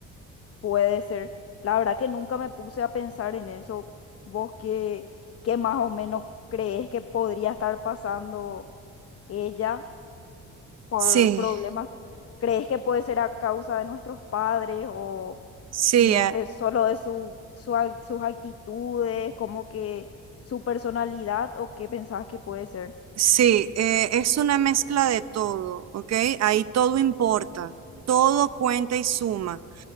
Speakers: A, on the left (about 50°); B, on the right (about 60°).
A: Puede ser. La verdad que nunca me puse a pensar en eso. ¿Vos qué, qué más o menos crees que podría estar pasando ella por
B: Sí,
A: problemas? ¿Crees que puede ser a causa de nuestros padres o
B: sí,
A: sino
B: eh,
A: que solo de su, su ac- sus actitudes, como que su personalidad o qué pensabas que puede ser?
B: Sí, eh, es una mezcla de todo, ¿ok? Ahí todo importa, todo cuenta y suma.